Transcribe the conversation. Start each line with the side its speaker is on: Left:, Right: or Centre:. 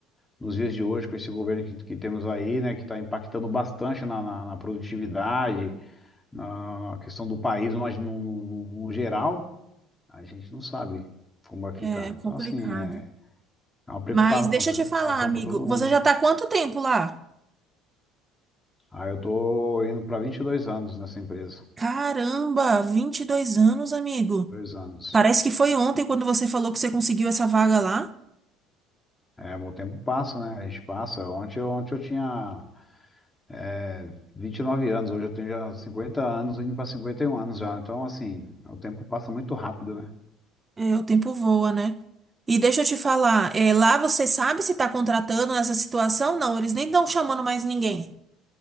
Left: nos dias de hoje, com esse governo que, que temos aí, né? Que está impactando bastante na, na, na produtividade, na, na questão do país no, no, no- no geral, a gente não sabe como vai ficar.
Right: É
Left: Então,
Right: complicado.
Left: assim, é, é uma preocupa-
Right: Mas deixa
Left: uma preocupação
Right: eu te falar, amigo.
Left: para todo mundo.
Right: Você já tá há quanto tempo lá?
Left: Ah, eu tô indo para 22 anos nessa empresa.
Right: Caramba, 22 anos, amigo.
Left: dois anos.
Right: Parece que foi ontem quando você falou que você conseguiu essa vaga lá.
Left: É, meu tempo passa, né? A gente passa. Ontem, eu- ontem eu tinha é, 29 anos, hoje eu tenho já 50 anos, indo para 51 anos já. Então, assim, o tempo passa muito rápido, né?
Right: É, o tempo voa, né? E deixa eu te falar, é, lá você sabe se tá contratando nessa situação? Não, eles nem estão chamando mais ninguém.